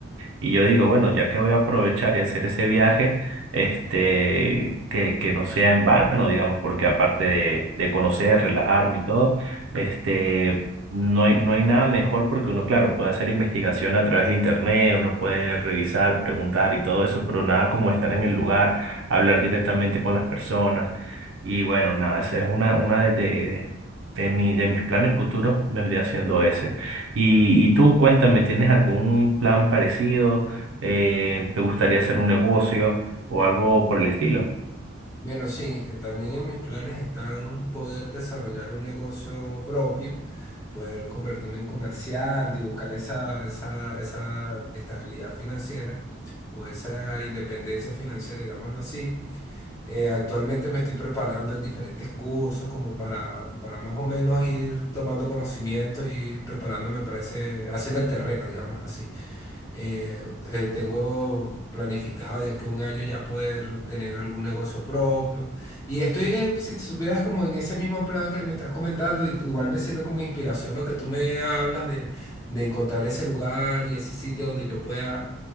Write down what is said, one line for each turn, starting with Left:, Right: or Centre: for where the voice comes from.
Right: y yo digo, bueno, ya que voy a aprovechar y hacer ese viaje, este, que, que no sea en vano, digamos, porque aparte de, de conocer, relajarme y todo, este, no hay, no hay nada mejor porque uno, claro, puede hacer investigación a través de internet, uno puede revisar, preguntar y todo eso, pero nada como estar en el lugar, hablar directamente con las personas. Y bueno, nada, esa es una, una de, de, de mi- de mis planes futuros, vendría siendo ese. Y, y tú cuéntame, ¿tienes algún plan parecido? Eh, ¿te gustaría hacer un negocio o algo por el estilo?
Left: Bueno, sí, eh, también en mis planes están poder desarrollar un negocio propio, poder convertirme en comerciante y buscar esa, esa, esa estabilidad financiera o esa independencia financiera, digámoslo así. Eh, actualmente me estoy preparando en diferentes cursos como para, para más o menos ir tomando conocimiento y preparándome para ese, haciendo el terreno, digámoslo así. Eh, eh, tengo planificado de aquí a un año ya poder tener algún negocio propio. Y estoy, en el- si supieras, como en ese mismo plan que me estás comentando, y igual me sirve como inspiración lo que tú me hablas de, de encontrar ese lugar y ese sitio donde yo pueda